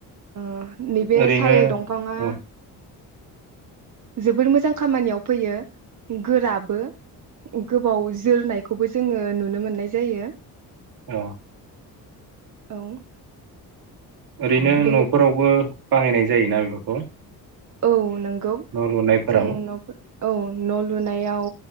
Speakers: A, on the right; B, on the right.
A: ओ नैबेस
B: ओरैनो
A: साल दंफाङा
B: औ
A: जोबोर मोजां खामानियाव फैयो गोराबो गोबाव जोरनायखौबो जोङो नुनो मोननाय जायो।
B: अ
A: औ
B: ओरैनो
A: बेनि
B: न'फोरावबो बाहायनाय जायोना बेफोरखौ
A: औ नों गौ
B: न' लुनायफोराव
A: जों न'फोर औ न' लुनायाव